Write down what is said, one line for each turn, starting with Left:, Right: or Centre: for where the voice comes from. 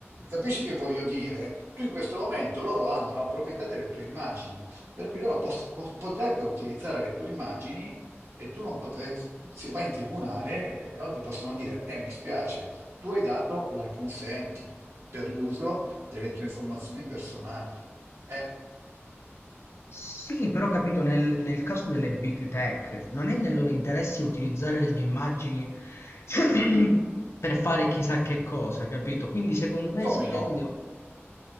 Right: Capisci che voglio dire? Tu in questo momento loro hanno la proprietà delle tue immagini, per cui loro pos- po- potrebbero utilizzare le tue immagini e tu non potrai, se vai in tribunale, eh, loro ti possono dire, eh, mi spiace, tu hai dato la consenti per l'uso delle tue informazioni personali. Eh,
Left: Sì, però capito, nel, nel caso delle big tech, non è nel loro interesse utilizzare le mie immagini <clears throat> per fare chissà che cosa, capito? Quindi secondo me
Right: come
Left: si tende
Right: no?